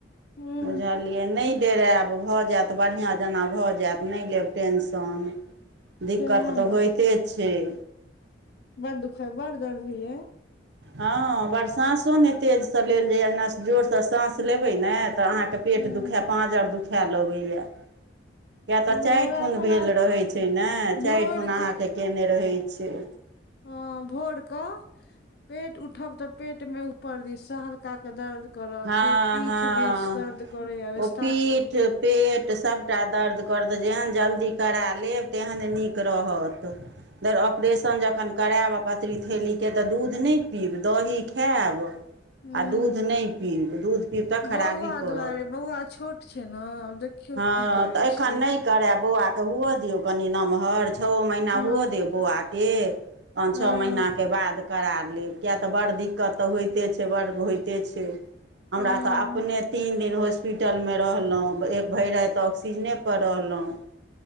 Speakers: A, on the left (about 55°); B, on the right (about 70°).
A: हूँ
B: बुझलियै नहि डेरायब भऽ जायत बढ़िआँ जेना भऽ जायत नहि लेब टेंशन। दिक्कत
A: सएह
B: तऽ होयइते छैय।
A: बड़ दुखद बड़ गर्मी यै।
B: हँ बर साँसो नहि तेजसँ लेल जाइए नस जोरसँ साँस लेबै ने तऽ अहाँके पेट
A: ह
B: दुखाए पाँजर दुखाए लगैए किय
A: हमरा
B: तऽ चइरठ
A: एखन
B: उन भेल
A: आब
B: रहैत छैय ने चारिठन
A: भोर
B: अहाँके कयने रहैत छैय।
A: हॅं भोर क पेट उठब तऽ पेट मे ऊपर दीस से हल्का का के दर्द करत
B: हँ
A: फेर पीठ
B: हँ
A: दिस दर्द करैये आब
B: ओ
A: स्टार्ट
B: पीठ
A: भ गेल।
B: पेट सभटा दर्द करत जेहन जल्दी करा लेब तेहन नीक रहत। फेर ऑपरेशन जखन करायब आ पथरी थैेलीके तऽ दूध नहि पीब दही खायब आ
A: ह
B: दूध नहि पीब दूध पीब तऽ खराबी
A: बौआ
B: करत
A: दुआरे बौआ छोट छै ने आब देखियौ
B: हँ
A: की करै
B: तऽ एखन
A: छियै
B: नहि करेब बौआ के हु दियौ कनि नमहर छओ महीना
A: हँ
B: होअ दियो बौआ के पांच
A: हँ
B: छः माहीना के बाद करा लेब किएक तऽ बड़ दिक्कत तऽ होइते छैय बड़ होइते छैय। हमरा
A: हँ
B: तऽ अपने तीन दिन होस पिटलमे रहलहुँ एक भरि राति ऑक्सीजनेपर रहलहुँ।